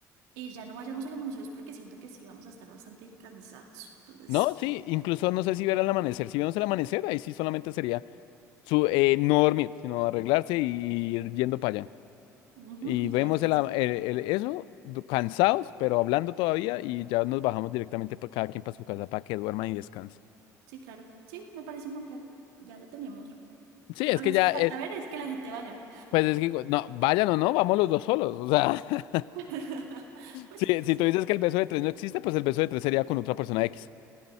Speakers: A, on the right; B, on the left.
A: Y ya no vayamos a los museos porque siento que sí vamos a estar bastante cansados. Entonces,
B: No, sí, incluso no sé si ver el amanecer. Si vemos el amanecer, ahí sí solamente sería su, eh, no dormir, sino arreglarse y ir yendo para allá.
A: ujú,
B: Y
A: y
B: vemos
A: ya después,
B: el, a- el- el- eso, du- cansados, pero hablando todavía, y ya nos bajamos directamente para cada quien para su casa para que duerman y descansen
A: sí, claro. Sí, me parece un buen plan. Ya lo tenemos.
B: Sí, es
A: Ahora
B: que ya,
A: sí falta
B: eh,
A: ver es que la gente vaya.
B: pues es que, digo, no, vayan o no, vamos los dos solos. O sea, <laughs>
A: <laughs> Pues
B: si,
A: sí, pues
B: si
A: sí,
B: tú dices
A: pues sí.
B: que el beso de tres no existe, pues el beso de tres sería con otra persona X.